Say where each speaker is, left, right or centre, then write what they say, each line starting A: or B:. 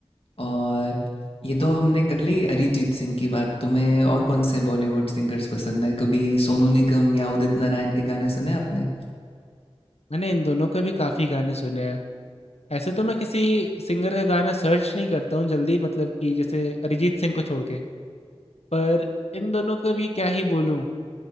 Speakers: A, on the left (about 65°); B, on the left (about 80°).
A: और ये तो हमने कर ली अरिजीत सिंह की बात तुम्हें और कौन से बॉलीवुड सिंगर्स पसंद है कभी सोनू निगम या उदित नारायण के गाने सुने आपने
B: मैंने इन दोनों के भी काफी गाने सुने हैं ऐसे तो मैं किसी सिंगर का गाना सर्च नहीं करता हूँ जल्दी मतलब कि जैसे अरिजीत सिंह को छोड़ के पर इन दोनों का भी क्या ही बोलूँ